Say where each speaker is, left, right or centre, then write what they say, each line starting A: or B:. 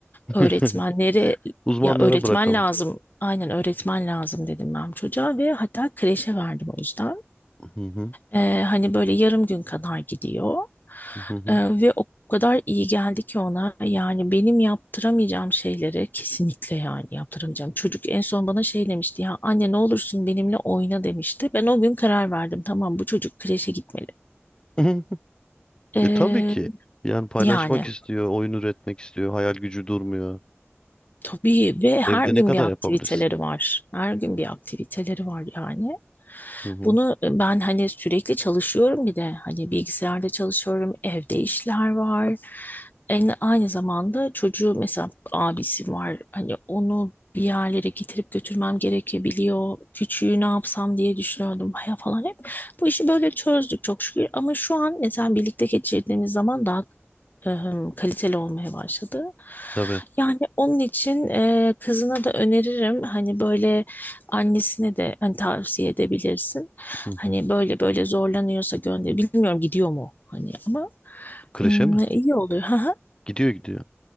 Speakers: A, on the left; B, on the left.
A: <laughs>
B: Öğretmenleri,
A: Uzmanlara
B: ya öğretmen
A: bırakalım.
B: lazım, aynen öğretmen lazım dedim ben çocuğa ve hatta kreşe verdim o yüzden.
A: Hı hı,
B: E, hani böyle yarım gün kadar gidiyor.
A: hı hı.
B: Ee, ve o kadar iyi geldi ki ona yani benim yaptıramayacağım şeyleri kesinlikle yani yaptıramayacağım. Çocuk en son bana şey demişti ya anne ne olursun benimle oyna demişti. Ben o gün karar verdim tamam bu çocuk kreşe gitmeli.
A: <laughs>
B: Ee,
A: E tabii ki. Yani paylaşmak
B: yani.
A: istiyor, oyun üretmek istiyor, hayal gücü durmuyor.
B: Tabii ve her
A: Evde
B: gün
A: ne kadar
B: bir aktiviteleri
A: yapabilirsin?
B: var. Her gün bir aktiviteleri var yani.
A: Hı hı.
B: Bunu e, ben hani sürekli çalışıyorum bir de hani bilgisayarda çalışıyorum, evde işler var. En, aynı zamanda çocuğu mesela abisi var. Hani onu bir yerlere getirip götürmem gerekebiliyor. Küçüğü ne yapsam diye düşünüyordum ya falan hep. Bu işi böyle çözdük çok şükür. Ama şu an mesela birlikte geçirdiğimiz zaman daha ıhım, kaliteli olmaya başladı.
A: Tabii.
B: Yani onun için e, kızına da öneririm hani böyle annesine de hani tavsiye edebilirsin.
A: Hı
B: Hani
A: hı.
B: böyle böyle zorlanıyorsa gönder. Bilmiyorum gidiyor mu hani ama
A: Kreşe
B: ım,
A: mi?
B: iyi oluyor. Haha.
A: Gidiyor gidiyor.